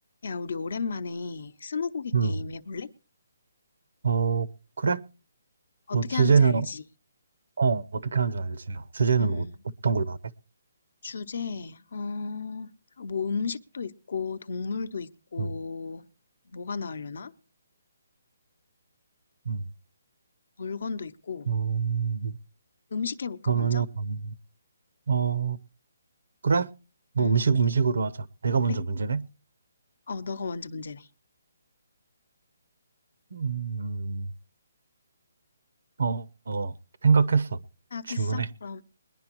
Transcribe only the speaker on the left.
야, 우리 오랜만에 스무고개
게임 해볼래?
어떻게
하는지 알지?
응응.
주제, 어, 뭐 음식도 있고, 동물도 있고,
뭐가 나오려나?
물건도 있고.
음식 해볼까,
먼저?
응,
그래.
어, 너가 먼저 문제네.
생각했어?
그럼,